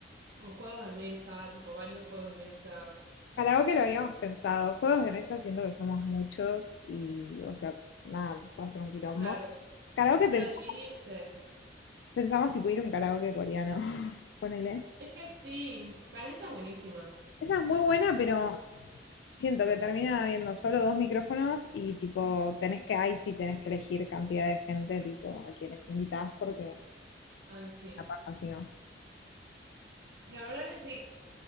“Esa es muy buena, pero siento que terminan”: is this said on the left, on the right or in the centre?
Left